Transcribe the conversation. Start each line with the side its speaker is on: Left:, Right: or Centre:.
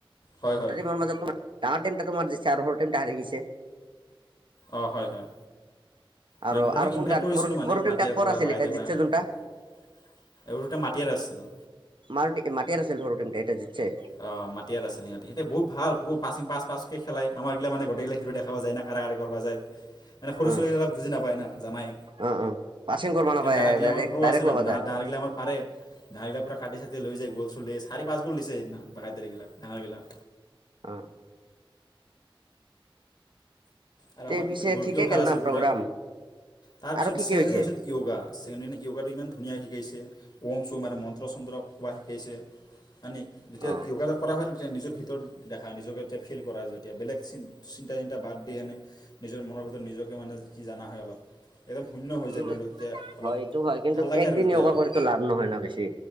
Left: হয় হয়
Right: টিমৰ মাজত তোমাৰ। ডাঙৰ টিম তোমাক দিছে, আৰু সৰু টিমটা হাৰি গৈছে।
Left: অঁ', হয়- হয়।
Right: আৰু
Left: মানে দুটাটম
Right: আৰু
Left: ইনভাইট
Right: কোনটা
Left: কৰিছিলোঁ
Right: সৰু
Left: মানে,
Right: সৰু টিমটা
Left: মাটিয়াৰ
Right: ক'ৰ
Left: পৰা
Right: আছিল
Left: বাইদ
Right: এতিয়া জিতছে
Left: পৰা।
Right: যোনটা
Left: আৰু দুতা মাটিয়ে আছিল।
Right: মাৰ- মাটিয়াৰ আছিল সৰু টিমতো এতিয়া জিকিছে।
Left: অ', মাটিয়াৰ আছিল সিহঁতে বহুত ভাল পাছিং পাছ- পাচকৈ খেলাই আমাৰ গিলা মানে গোটেইকেইটা খেলো দেখা খাব যায় না কাৰা কাঢ়ি কৰিব যায়, মানে সৰু
Right: অ
Left: ছোৱালীকেইটা বুজি নাপায় না জানাই।
Right: অ অ পাচিং কৰিব নাপায়
Left: কিন্তু ডাঙৰ গিলা
Right: ডাইৰেক্ট
Left: আমাৰ পুৰ
Right: ডাইৰেক্ট
Left: আছে ন,
Right: ল'বা
Left: ডা-ডাঙৰ
Right: যায়
Left: গিলা আমাৰ পাৰে। ডাঙৰ গিলা পৰা কাটি -চাটি লৈ যায় গল চল দিয়ে চাৰি পাঁচ গল দিছে সেইদিনা বাগাইটাৰীগিলাক ডাঙৰ গিলা।
Right: অ'।
Left: আৰু
Right: তে
Left: আমাৰ
Right: পিছে
Left: গ'লকিও
Right: ঠিকে
Left: ভাল
Right: গেল
Left: আছিল
Right: না প্ৰগ্ৰাম
Left: পুৰা, তাৰপিছত
Right: আৰু কি
Left: ছেকেণ্ড
Right: কি হৈছে
Left: হৈছিল য়োগা ছেকেণ্ড দিনা য়োগাটো ইমান ধুনীয়া শিকাইছে। ওম চোম আৰু মন্ত্ৰ- চন্ত্ৰ কোৱা শিকাইছে, মানে যেতিয়া
Right: অ
Left: যোগা কৰা হয় ন, নিজৰ ভিতৰত দেখাই নিজকে এতিয়া ফিল কৰা যেতিয়া বেলেগ তে ইনতা বাদ দি এনে নিজৰ মনৰ ভিতৰত নিজকে মানে কি জনা হয় অলপ। একদম শূন্য হৈ
Right: কিন্তু
Left: যায় ব্ৰেণ্ডটো তেতিয়া অলপ
Right: হয় এইটো হয় কিন্তু
Left: ভাল লাগে
Right: একদিন
Left: আৰু তেতিয়া
Right: য়োগা
Left: অলপ।
Right: কৰিতো লাভ নহয় না বেছি